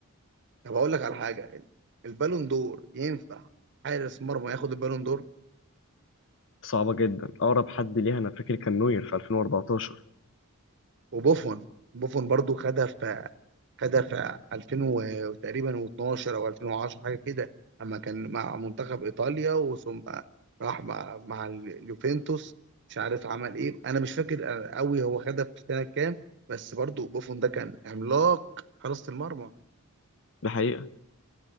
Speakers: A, on the right; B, on the left.
A: طب اقول لك على حاجه البالون دور ينفع حارس مرمى ياخد البالون دور
B: صعبة جدا أقرب حد ليها أنا فاكر كان نوير في 2014
A: وبوفون بوفون برضو خدها في خدها في 2000 و- وتقريبا و12 او 2010 حاجه كده اما كان مع منتخب ايطاليا وثم راح مع مع اليوفنتوس مش عارف عمل ايه انا مش فاكر قوي هو خدها في سنه كام بس برضو بوفون ده كان عملاق حراسه المرمى
B: ده حقيقة